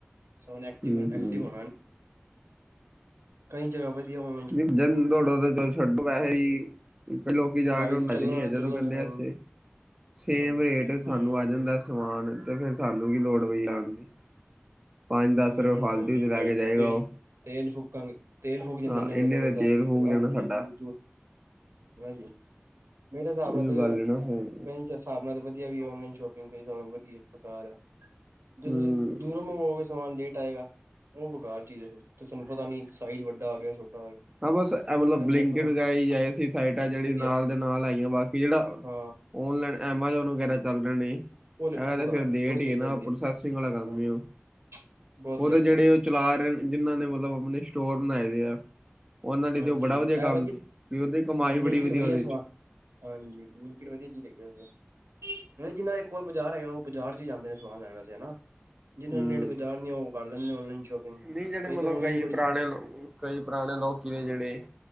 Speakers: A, on the right; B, on the right.
A: ਸਗੋ ਐਕਟਿਵ
B: ਹੂੰ
A: -ਐਕਟਿਵ
B: ਹੂੰ
A: ਹੋਣਾ ਨਹੀ, ਕਈ ਜਗਾ ਵਧੀੱਆ ਵਾ,
B: ਇੱਕ -ਦਮ ਦੋੜੋ ਦ ਛੱਡੋ ਵੈਸੇ ਹੀ, ਤੇ ਲੋਕੀ
A: ਜੀ
B: ਜਾ ਕੇ ਹੁਣ ਰਾਜੀ
A: ਚੱਲਣਾ
B: ਨਹੀ ਹੈਗੇ
A: ਚੱਲਣਾ
B: ਉਹ ਕਹਿੰਦੇ
A: ਚੱਲਣਾ
B: ਅਸੀ,
A: ਹੂੰ
B: ਸੇਮ
A: ਹਾਂ
B: ਰੇਟ ਸਾਨੂੰ ਆ ਜਾਂਦਾ ਸਮਾਨ, ਤੇ ਫਿਰ ਸਾਨੂੰ ਕੀ ਲੋੜ ਪਈ ਆਨ ਦੀ, ਪੰਜ -ਦਸ
A: ਇੰਨੀ
B: ਰੁਪਏ
A: ਮਿਹਨਤ
B: ਫਾਲਤੂ
A: ਕਰਾਉਂਦੀ
B: ਚ
A: ਹੈ
B: ਲੈ
A: ਤੇਲ
B: ਕੇ ਜਾਏਗਾ
A: ਤੇਲ
B: ਉਹ,
A: ਤੇਲ ਫੂਕਾਂਗੇ ਤੇਲ ਫੂਕ ਜਾਂਦਾ
B: ਹਾਂ
A: ਇੇ,
B: ਇੰਨੇ
A: ਫਿਰ
B: ਦਾ
A: ਦਸ
B: ਤੇਲ
A: ਵੀਹ
B: ਫੂਕ
A: ਰੁਪਏ ਦਾ
B: ਜਾਣਾ
A: ਜਿਵੇ
B: ਸਾਡਾ
A: ਕੀ ਦੂਰ, ਹਾਂਜੀ, ਮੇਰੇ ਹਿਸਾਬ
B: ਉਹੀ
A: ਨਾਲ ਤੇ
B: ਗੱਲ ਹੈ ਨਾ
A: ਕਈ,
B: ਹੂੰ
A: ਹਿਸਾਬ ਨਾਲ ਵਧੀਆ ਵੀ, ਔਨਲਾਈਨ ਸ਼ੋਪਿੰਗ ਕਈ ਹਿਸਾਬ ਨਾਲ ਵਧੀਆ ਬੇਕਾਰ ਆ, ਜੇ
B: ਹੂੰ
A: ਤੁਸੀਂ, ਦੂਰੋ ਮੰਗਵਾਓਗੇ ਸਮਾਨ ਲੇਟ ਆਏਗਾ, ਉਹ ਬਕਾਰ ਚੀਜ਼ ਆ, ਤੇ ਸਾੰਨੂ ਪਤਾ ਨਹੀਂ ਸਾਈਜ਼ ਵੱਡਾ ਆ ਗਿਆ, ਛੋਟਾ ਆ ਗਿਆ,
B: ਨਾ ਬਸ ਐ ਮਤਲਬ
A: ਮੈਨੂੰ
B: ਬਲਿੰਕਟ
A: ਪਤਾ
B: ਵਗੈਰਾ, ਸਾਈਟ ਆ ਜਿਹੜੀ
A: ਵਧੀਆ
B: ਨਾਲ ਦੇ ਨਾਲ ਆਈਆਂ, ਬਾਕੀ ਜਿਹੜਾ
A: ਹਾਂ
B: ਓਨਲਾਈਨ, ਐਮਾਜੋਨ ਵਗੈਰਾ ਚੱਲ ਰਹੇ ਨੇ, ਏ
A: ਉਹ ਬੇਕਾਰ
B: ਤੇ ਫੇਿਰ ਲੇਟ
A: ਉਹ ਸਹੀ
B: ਹੀ
A: ਨੀ
B: ਨਾ,
A: ਵਧੀਆ
B: ਪ੍ਰੋਸੈਸਿੰਗ ਵਾਲਾ ਕੰਮ
A: ਹਾਂਜੀ
B: ਹੀ ਉਹ
A: ਬਹੁਤ
B: ਉਹਦੇ
A: ਲੇਟ
B: ਜਿਹੜੇ,
A: ਆ
B: ਚਲਾ ਰਹੇ, ਜਿਨਾਂ ਨੇ ਮਤਲਬ ਆਪਣੇ ਸਟੋਰ ਬਣਾਏ ਦੇ ਆ ਉਹਨਾਂ ਲਈ
A: ਹਾਂਜੀ
B: ਤੇ ਉਹ ਬੜਾ ਵਧੀਆ
A: ਇਹ
B: ਕੰਮ ਸੀ, ਉਹਦੀ ਕਮਾਈ
A: ਬਲਿੰਕਟ
B: ਬੜੀ ਵਧੀਆ ਉਹਦੇ 'ਚ
A: ਸਮਾਨ ਹਾਂਜੀ, ਬਲਿੰਕਿਟ ਵਧੀਆ ਚੀਜ਼ ਹੈਗੀ ਏ ਉਹਦੇ ਨਾਲ ਇੱਕ ਬਾਜ਼ਾਰ ਹੈਗਾ ਉਹ, ਬਾਜ਼ਾਰ 'ਚ ਹੀ ਜਾਂਦੇ ਨੇ ਸਮਾਨ ਲੈਣ ਵੈਸੇ ਹਨਾ ਜਿਹਨਾਂ
B: ਹੂੰ
A: ਨੇੜੇ ਬਾਜ਼ਾਰ ਨੀ ਉਹ ਕਰ ਲੈਂਦੇ ਔਨਲਾਈਨ ਸ਼ੋਪਿੰਗ,
B: ਨਹੀਂ ਜਿਹੜੇ
A: ਕਈ
B: ਮਤਲਬ
A: ਤਾਂ ਔਨਲਾਈਨ ਬੜੀ
B: ਪੁਰਾਣੇ ਕਈ ਪੁਰਾਣੇ ਲੋਕ ਜਿਹੜੇ-ਜਿਹੜੇ